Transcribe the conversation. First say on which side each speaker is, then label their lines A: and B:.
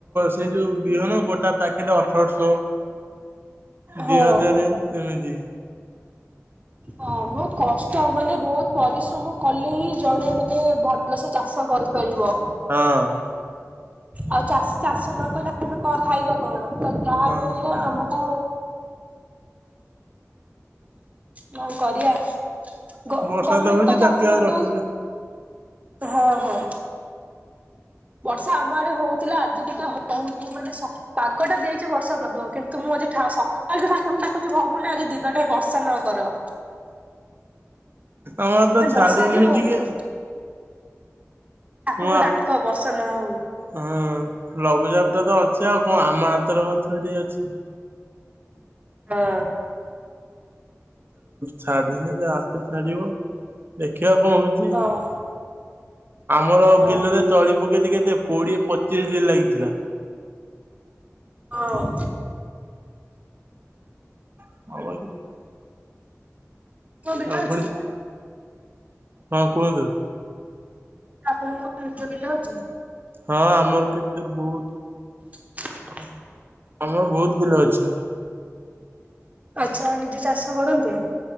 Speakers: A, on the right; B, on the right.
A: ସେ ଯୋଉ ବିହନ ଗୋଟା ପ୍ୟାକେଟ ଅଠରଶହ।
B: ହଁ
A: ଦି ହଜାର ଏମିତି।
B: ହଁ ବହୁତ କଷ୍ଟ ମାନେ ବହୁତ ପରିଶ୍ରମ କଲେ ହିଁ ଜଣେ ମାନେ ଭ ଲ ସେ ଚାଷ କରିପାରିବ।
A: ହଁ।
B: ଆଉ ଚାଷୀ ଚାଷ ନ କଲେ ଆମେ କଣ ଖାଇବା କଣ? ତ ଯାହାବି
A: ହଁ।
B: ହେଲେ ଆମକୁ କଁ କରିବା? ଗ
A: ବର୍ଷା
B: ଗମେଣ୍ଟ
A: ହଉଛି
B: ତ
A: ତାକୁ
B: ଚାଷୀ
A: ଆଉ
B: ମାନଙ୍କୁ
A: ରଖିବେ
B: ହଁ ହଁ। ବର୍ଷା ଆମ ଆଡେ ହଉଥିଲା ଆଜି ଟିକେ ହଉନି ମାନେ ସକା ପାଗଟା ଦେଇଛି ବର୍ଷା ପାଗ କିନ୍ତୁ ମୁଁ ଆଜି ଠା ସକାଳୁଠୁ ଠାକୁଙ୍କୁ ଡାକୁଚଛି ଭଗବାନ ଆଜି ଦିନଟା ବର୍ଷା ନ କର।
A: ଆମର ତ
B: ଏ ବର୍ଷା
A: ଛାଡ଼ୁନି
B: ଆଜି ହଉନି
A: ଟିକେ।
B: ଠାକୁରଙ୍କୁ
A: ମୁଁ
B: ଡାକ ବର୍ଷା ନ ହଉ।
A: ହଁ ଲଘୁଚାପ ଟା ତ ଅଛି ଆଉ କଣ ଆମ ହାତରେ ମଧ୍ୟ କଣ ଥୋଡ଼ି ଅଛି।
B: ହଁ।
A: ଛାଡିିନେ ଯ ଆପେ ଛାଡିବ ଦେଖିବା କଣ ହଉଛି?
B: ହଁ।
A: ଆମର
B: ହଁ
A: ବିଲରେ
B: ହଁ
A: ତଳି ପକେଇଦେ କେତେ କୋଡିଏ ପଚିଶ ଦିନ ଲାଗିଥିଲା।
B: ହଁ।
A: <unintelligible>
B: ଆପଣଙ୍କ ବିଲ
A: ଆଉ
B: ଅଛି
A: ପୁଣି, ହଁ କୁହନ୍ତୁ।
B: ଆପଣଙ୍କ ନିଜ ବିଲ ଅଛି?
A: ହଁ ଆମର କେତେ ବହୁତ
B: <inaudible>
A: ଆମର ବହୁତ ବିଲ ଅଛି।
B: ଆଛା ନିଜେ ଚାଷ କରନ୍ତି?